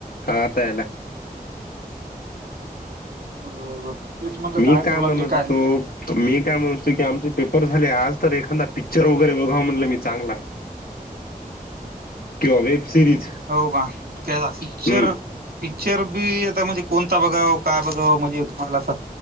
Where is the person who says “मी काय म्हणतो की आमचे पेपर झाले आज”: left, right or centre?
Left